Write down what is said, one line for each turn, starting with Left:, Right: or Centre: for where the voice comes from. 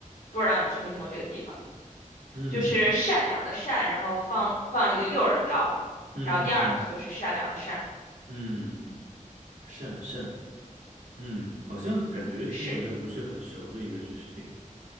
Left: 不知道你听没听过这个地方，
Right: 嗯
Left: 就是善良的善，然后放放一个右耳道，
Right: 嗯嗯嗯
Left: 然后第二个就是善良的善，
Right: 嗯，善善，嗯，好像感觉听过，
Left: 是
Right: 但不是很熟的一个知识点。